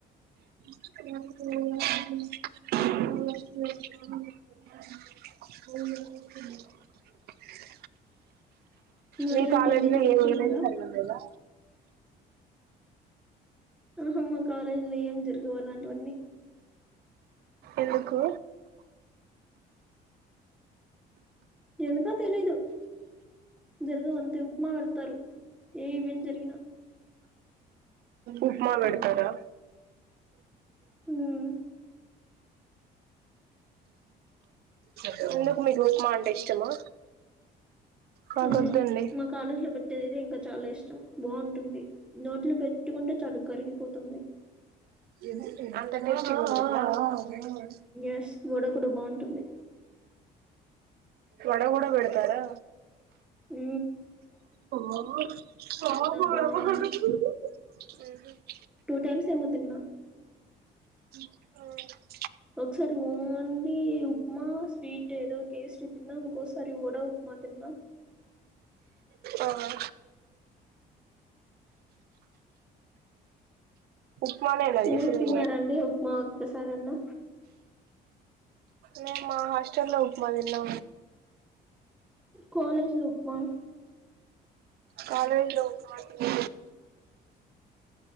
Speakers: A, on the right (about 70°); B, in the centre.
A: మ అ
B: మరేంటి
A: మీ కాలజలో
B: మీరు వెళ్తున్నారా
A: ఏను ఈవెంట్స్ జాగడం లేదా
B: ఆహమ్ మా కాలేజీలో ఏం జరుగవాలలాంటివన్నీ
A: ఎందుకు
B: ఎందుకో తెలీదు జరగ అంతే ఉప్మా పెడతారు ఏ ఇవం జరిగినా
A: ఉప్మా వెడతారా
B: ఉమ్
A: ఎందుకు మీకు ఉప్మా అంటే ఇష్టమా మాకొద్దండి
B: అవును మా కాలేజీ లో పెట్టేదితే ఇంకా చాలా ఇష్టం బాగుంటుంది నోట్లు పెట్ ఇకంట చలుకురంగపోతుమే
A: <unintelligible>
B: ఎస్ గోడకుడు బాగుంటుంది
A: వడ కూడా బడతారా
B: ఉ
A: హో
B: బాగున్నది
A: <unintelligible>
B: టూ టైమ్స్ ఏమో తిన్నా
A: ఆ
B: ఒకసారి ఓన్లీ ఉప్మా స్వీట్ ఏదో కేస్రి తిన్నా ఒకసారి ఓడ ఉప్మా తిన్నా
A: అవునా ఆ ఉప్మా నే కదా ఏసిది
B: మీరు తిన్నారండి ఉప్మా ఒక్కసారన్నా
A: నే మా హాస్టెల్ లో ఉప్పమా దిన్నా
B: కాలేజులో ఉప్పమా
A: కాలజ లో ఉప్పమా